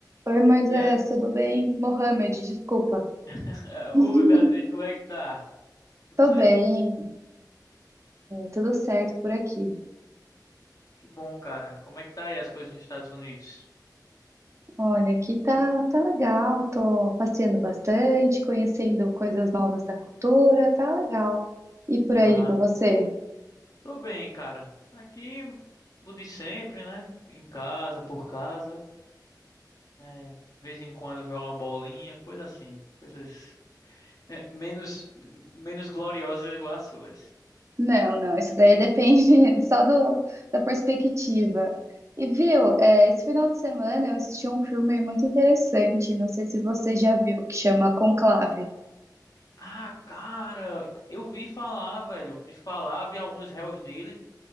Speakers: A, on the right; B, on the left.
A: Oi, Moisés,
B: E a...
A: tudo bem? Mohamed, desculpa.
B: <laughs>
A: <laughs>
B: Oi, Beatriz, como é que tá? Tudo
A: Tô
B: certo?
A: bem, tudo certo por aqui.
B: Que bom, cara. Como é que tá aí as coisas nos Estados Unidos?
A: Olha, aqui tá, tá legal, tô passeando bastante, conhecendo coisas novas da cultura, tá legal. E por
B: Mas
A: aí com você?
B: tô bem, cara. Aqui, o de sempre, né? Em casa, por casa, né? De vez em quando jogar uma bolinha, coisa assim. Coisas é, menos menos gloriosas igual as suas.
A: Não, não, isso daí depende <laughs> só do, da perspectiva. E viu, é, esse final de semana eu assisti um filme muito interessante, não sei se você já viu, que chama Conclave.
B: Ah, cara, eu vi falar, velho. Eu Vi falar, vi alguns réus dele.